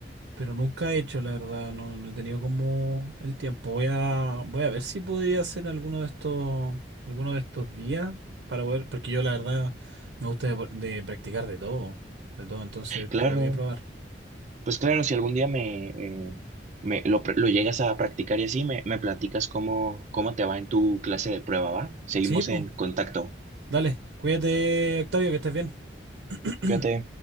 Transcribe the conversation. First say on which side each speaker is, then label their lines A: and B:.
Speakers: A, on the right (about 85°); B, on the right (about 40°).
A: Pero nunca he hecho, la verdad, no, no he tenido como el tiempo. Voy a, voy a ver si podría hacer alguno de estos, alguno de estos días para poder, porque yo la verdad me gusta de, de practicar de todo, de todo, entonces
B: Claro,
A: pro- voy a probar.
B: pues claro, si algún día me, eh, me lo, pr- lo llegas a practicar y así, me, me platicas cómo, cómo te va en tu clase de prueba, ¿va? Seguimos
A: Sí, pues,
B: en contacto.
A: dale, cuídate, Octavio, que estés bien. <clears throat>
B: Cuídate.